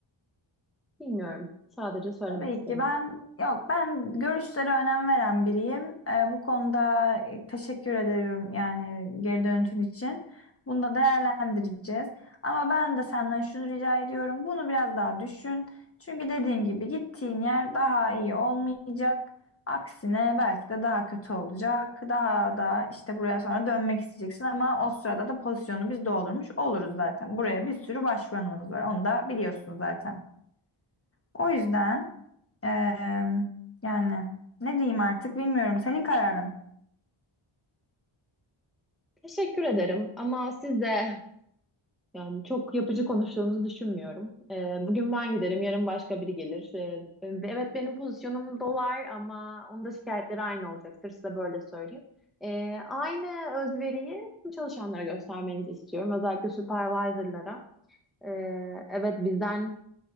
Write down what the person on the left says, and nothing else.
Tabii
ki ben yok ben görüşlere önem veren biriyim. Ee, bu konuda e, teşekkür ediyorum yani geri dönütün için. Bunu da değerlendireceğiz. Ama ben de senden şunu rica ediyorum. Bunu biraz daha düşün. Çünkü dediğim gibi gittiğin yer daha iyi olmayacak. Aksine belki de daha kötü olacak. Daha da işte buraya sonra dönmek isteyeceksin ama o sırada da pozisyonu biz doldurmuş oluruz zaten. Buraya bir sürü başvuranımız var. Onu da biliyorsun zaten. O yüzden Eee, yani ne diyeyim artık bilmiyorum. Senin kararın.